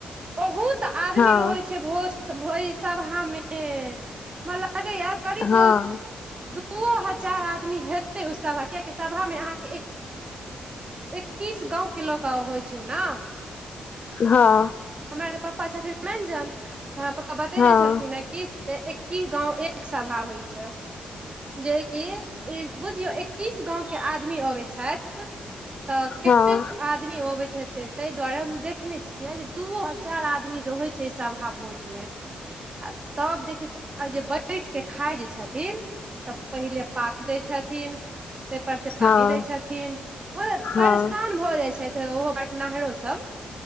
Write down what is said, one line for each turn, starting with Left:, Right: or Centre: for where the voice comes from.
Right: बहुत आदमी
Left: हँ
Right: रहै छै भोज भइ सभा मे हमरा लागेये करीब
Left: हँ
Right: दूओ हजार आदमी हेतै ओइ सभा कियेकि सभामे अहाँके एक एक्कीस गाँव के लऽ कऽ होइ छै ने
Left: हँ
Right: हमरा आरके पप्पा छथिन मेंजन तऽ हमरा पप्पा बतेने
Left: हँ
Right: छलखिन हें की से एक्कीस गाँव एक सभा होइ छै जे कि बुझियौ एक्कीस गाँंव के आदमी अबै छथि तऽ केतेक
Left: हँ
Right: आदमी अबैत हेत तै ताहि दुआरे हम देखने छियै जे दू हजार आदमी रहै छै अइ सभा भोज मे आ तब देखै छियै जे बैठि के खाय जे छथिन तऽ पहिले पात दै छथिन तैपर से
Left: हँ
Right: पानी दै छथिन ओ
Left: हँ
Right: परेशान भऽ जाइ छथिन ओहो बटनाहरो सब